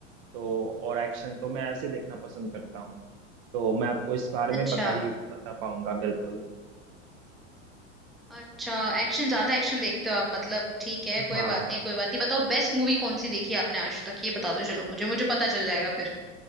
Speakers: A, on the right (about 55°); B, in the centre.
A: तो और एक्शन तो मैं ऐसे देखना पसंद करता हूँ तो मैं आपको इस बारे
B: अच्छा
A: में बता ही बता पाऊंगा बिल्कुल
B: अच्छा एक्शन ज्यादा एक्शन देखते हो आप मतलब ठीक है
A: हाँ
B: कोई बात नहीं कोई बात नहीं बताओ बेस्ट मूवी कौन सी देखी है आपने आज तक ये बता दो चलो मुझे मुझे पता चल जाएगा फिर